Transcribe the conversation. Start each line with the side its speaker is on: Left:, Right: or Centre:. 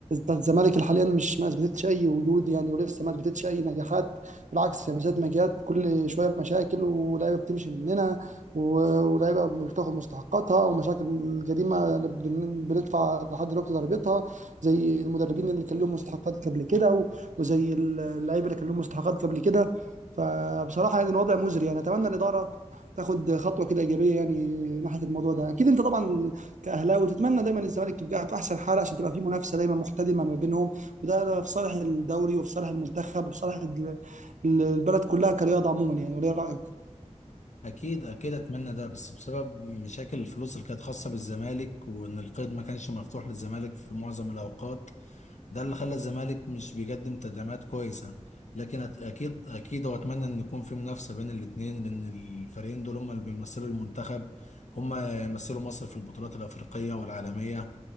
Right: الزمالك حاليا مش ما أثبتتش أي وجود يعني ولسه ما أثبتتش أي نجاحات بالعكس من ساعة ما جت كل شوية مشاكل ولاعيبة بتمشي مننا و- ولاعيبة مش بتاخد مستحقاتها ومشاكل الجريمة بن- بندفع لحد دلوقتي ضريبتها زي المدربين اللي كان لهم مستحقات قبل كده و- وزي اللعيبة اللي كان لهم مستحقات قبل كده فبصراحة يعني الوضع مزري يعني أتمنى الإدارة تاخد خطوه كده ايجابيه يعني ناحيه الموضوع ده اكيد انت طبعا كاهلاوي تتمنى دايما الزمالك يبقى في احسن حال عشان تبقى في منافسه دايما محتدمه ما بينهم وده ده في صالح الدوري وفي صالح المنتخب وفي صالح ال- البلد كلها كرياضه عموما يعني ولا إيه رايك
Left: اكيد اكيد اتمنى ده بس بسبب مشاكل الفلوس اللي كانت خاصه بالزمالك وان القيد ما كانش مفتوح للزمالك في معظم الاوقات ده اللي خلى الزمالك مش بيقدم تدعيمات كويسة لكن أت- أكيد أكيد وأتمنى إن يكون في منافسة بين الاتنين لأن الفريقين دول هما اللي بيمثلوا المنتخب هما يمثلوا مصر في البطولات الأفريقية والعالمية